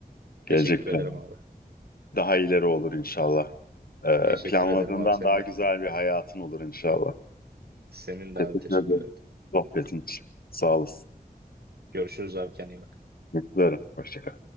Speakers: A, on the left; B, on the right.
A: Gelecek
B: Teşekkür
A: plan
B: ederim abi.
A: daha ileri olur inşallah. E,
B: Teşekkür
A: planladığından
B: ederim abi senin
A: daha
B: de.
A: güzel bir hayatın olur inşallah.
B: Senin
A: Teşekkür
B: de abi teşekkür
A: ederim
B: ederim.
A: sohbetin için. Sağ olasın.
B: Görüşürüz abi kendine iyi bak.
A: Görüşmek üzere. Hoşça kal.